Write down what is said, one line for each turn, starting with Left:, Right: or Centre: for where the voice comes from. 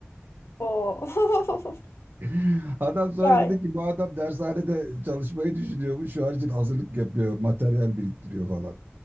Left: Oo. <laughs>
Right: <laughs> Adam sonra
Left: Ya,
Right: dedi ki bu adam dershanede çalışmayı düşünüyormuş. Şu an için hazırlık yapıyor, materyal biriktiriyor falan.